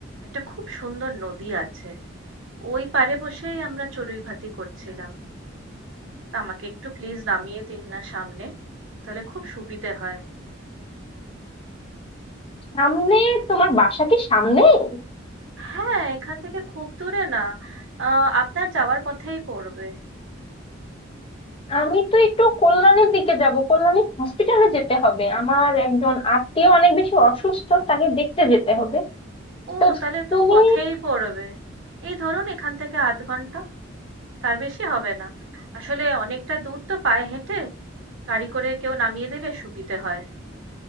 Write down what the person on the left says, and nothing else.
সামনে তোমার বাসা কি সামনেই
আমি তো একটু কল্যাণীর দিকে যাব কল্যাণী হসপিটালে যেতে হবে আমার একজন আত্মীয় অনেক বেশি অসুস্থ তাকে দেখতে যেতে হবে
তো
তুমি